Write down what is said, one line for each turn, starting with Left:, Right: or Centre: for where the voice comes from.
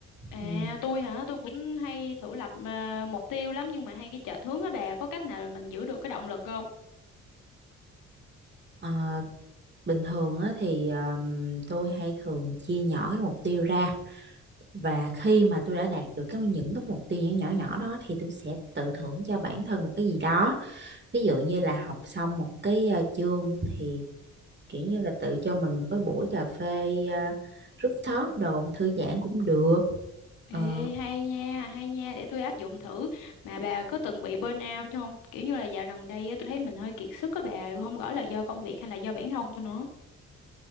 Left: À,
Right: Ừ.
Left: tôi hả, tôi cũng hay thử lập à, mục tiêu lắm nhưng mà hay cái chệch hướng á bà, có cách nào là mình giữ được cái động lực không?
Right: Ờ, bình thường á, thì ờm, tôi hay thường chia nhỏ cái mục tiêu ra và khi mà tôi đã đạt được cái những cái mục tiêu nhỏ nhỏ nhỏ đó thì tôi sẽ tự thưởng cho bản thân một cái gì đó ví dụ như là học xong một cái ờ, chương thì kiểu như là tự cho mình một cái buổi cà phê uh, rooftop đồ thư giãn cũng được
Left: Ê,
Right: Ờ.
Left: hay nha, hay nha, để tôi áp dụng thử. Mà bà có từng bị burnout chứ không? Kiểu như là dạo gần đây á, tôi thấy mình hơi kiệt sức các bà, không rõ là do công việc hay là do bản thân tôi nữa.